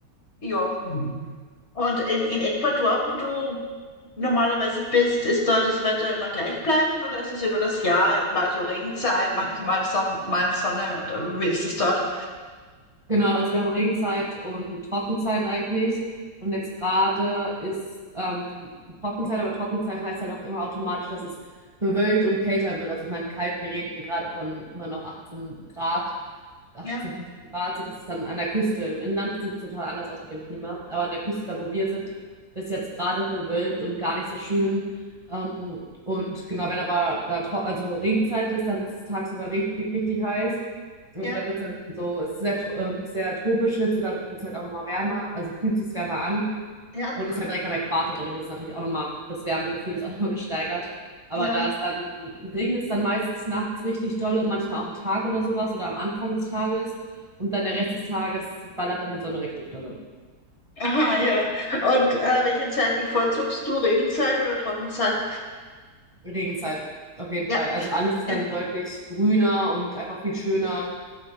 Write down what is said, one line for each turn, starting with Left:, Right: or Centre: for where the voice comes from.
Left: Ja. Und in, in Ecuador, wo du normalerweise bist, ist da das Wetter immer gleichbleibend oder ist es über das Jahr mal so Regenzeit, <laughs> mal, mal, Son mal Sonne oder wie ist es dort?
Right: Genau, also wir haben Regenzeit und Trockenzeit eigentlich. Und jetzt gerade ist ähm, Trockenzeit, aber Trockenzeit heißt halt auch immer automatisch, dass es bewölkt und kälter wird. Also ich meine, kalt, wir reden hier gerade von immer noch 18 Grad, 18,
Left: Ja.
Right: 15 Grad, so dass es dann an der Küste. Im Inland sieht es total anders aus mit dem Klima. Aber an der Küste, da wo wir sind, ist jetzt gerade bewölkt und gar nicht so schön. Ähm, und genau, wenn aber da tro also Regenzeit ist, dann ist es tagsüber richtig, richtig heiß. Also
Left: Ja,
Right: da wird es dann so, es ist sehr, tro- ähm, sehr tropisch Hitze, dadurch wird es halt auch nochmal wärmer, also fühlt sich wärmer an
Left: ja,
Right: und ist halt direkt am Äquator, dadurch ist natürlich auch nochmal, das Wärmegefühl ist auch nochmal gesteigert. Aber
Left: ja.
Right: da es dann, regnet es dann meistens nachts richtig dolle, manchmal auch einen Tag oder sowas oder am Anfang des Tages und dann der Rest des Tages ballert dann die Sonne richtig dolle.
Left: Aha, ja. Und äh, welche Zeit bevorzugst du? Regenzeit oder Trockenzeit?
Right: Regenzeit, auf jeden
Left: Ja,
Right: Fall. Also alles ist
Left: ja.
Right: dann deutlich grüner und einfach viel schöner.